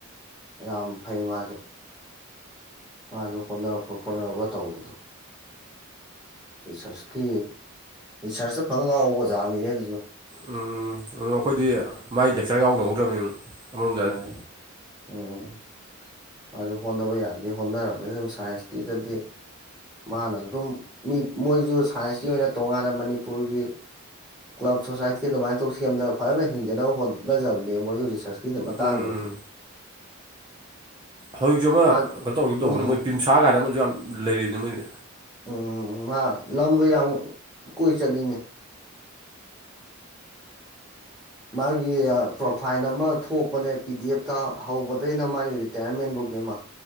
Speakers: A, in the centre; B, on the right.
A: ꯌꯥꯝ ꯐꯩ ꯃꯥꯁꯨ ꯃꯥꯁꯨ ꯍꯣꯠꯕ ꯈꯣꯠꯅꯔꯒ ꯇꯧꯕꯗꯣ ꯔꯤꯁꯔꯁꯀꯤ ꯔꯤꯁꯔꯁꯇ ꯐꯥꯟ ꯉꯥꯎꯕ ꯑꯣꯖꯥꯅꯤꯅꯦ ꯑꯗꯨꯁꯨ
B: ꯎꯝ ꯑꯗꯣ ꯑꯩꯈꯣꯏꯗꯤ ꯃꯥꯏ ꯂꯦꯛꯆꯔꯒ ꯌꯥꯎꯅꯍꯧꯗ꯭ꯔꯕꯅꯤ ꯑꯃꯔꯣꯝꯗ
A: ꯎꯝ
B: ꯍꯥꯏꯗꯤ
A: ꯎꯝ ꯃꯥꯁꯨ ꯍꯣꯠꯅꯕ ꯌꯥꯔꯗꯤ ꯍꯣꯠꯅꯔꯝꯕꯅꯤ ꯑꯗꯨꯝ ꯁꯥꯏꯟꯁꯀꯤꯗꯗꯤ ꯃꯥꯅ ꯑꯗꯨꯝ ꯃꯤ ꯃꯣꯏꯁꯨ ꯁꯥꯏꯟꯁꯀꯤ ꯑꯣꯏꯅ ꯇꯣꯉꯥꯟꯅ ꯃꯅꯤꯄꯨꯔꯒꯤ ꯀ꯭ꯂꯕ ꯁꯣꯁꯥꯏꯇꯤ ꯑꯗꯨꯃꯥꯏꯅ ꯇꯧ ꯁꯦꯝꯗꯒ ꯐꯖꯅ ꯍꯤꯡꯖꯅꯕ ꯍꯣꯠꯅꯖꯕꯅꯦ ꯃꯣꯏꯁꯨ ꯔꯤꯁ꯭ꯔꯁꯀꯤ ꯃꯇꯥꯡꯗꯗꯤ
B: ꯎꯝ ꯍꯧꯖꯤꯛꯁꯨ ꯑꯃ
A: ꯃꯥ
B: ꯀꯩꯅꯣ ꯇꯧꯈꯤꯕ ꯇꯧꯕꯅꯦ
A: ꯎꯝ
B: ꯃꯣꯏ ꯄꯤꯝꯁꯥ ꯀꯥꯏꯗ ꯑꯃꯁꯨ ꯌꯥꯝ ꯂꯩꯔꯤꯕꯅꯤ ꯃꯣꯏꯗꯤ
A: ꯎꯝ ꯃꯥ ꯂꯝꯒ ꯌꯥꯝ ꯀꯣꯏ ꯆꯠꯂꯤꯅꯦ ꯃꯥꯒꯤ ꯄ꯭ꯔꯣꯐꯥꯏꯜ ꯑꯃ ꯊꯣꯛꯄꯅꯦ ꯄꯤ ꯗꯤ ꯑꯦꯐꯇ ꯍꯧꯕꯗꯒꯤꯅ ꯃꯥꯒꯤ ꯔꯤꯥꯇꯤꯋꯥꯢꯔꯦꯟ ꯄꯣꯛꯒꯤ ꯑꯃ